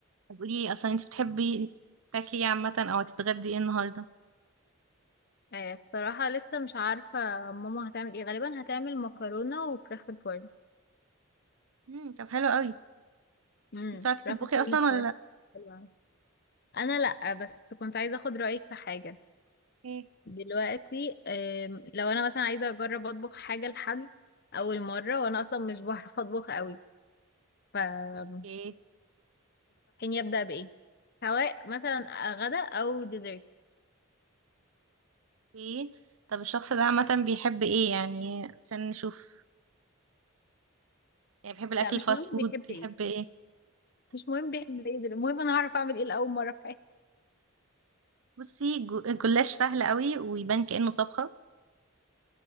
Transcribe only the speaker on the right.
طب قولي لي أصلا أنت بتحبي تاكلي إيه عامة أو هتتغدي إيه النهاردة
امم طب حلو قوي
أنت بتعرفي تطبخي
أصلا
ولا لأ
ايه
اوكي
اوكي. طب الشخص ده عامة بيحب إيه يعني عشان نشوف يعني بيحب الأكل
الفاست
فود
بيحب
إيه
بصي جو- الجلاش سهل قوي ويبان كأنه طبخة